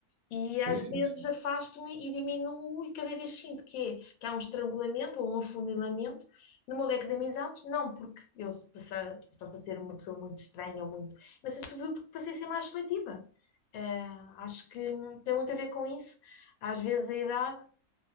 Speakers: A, on the left (about 80°); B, on the right (about 70°).
A: E
B: Sim,
A: às vezes
B: sim, sim.
A: afasto-me e diminuo, e cada vez sinto que, é, que há um estrangulamento ou um afunilamento no meu leque de amizades, não porque eu passa- passasse a ser uma pessoa muito estranha, ou muito, mas é sobretudo porque passei a ser mais seletiva. Ah, acho que tem muito a ver com isso. Às vezes a idade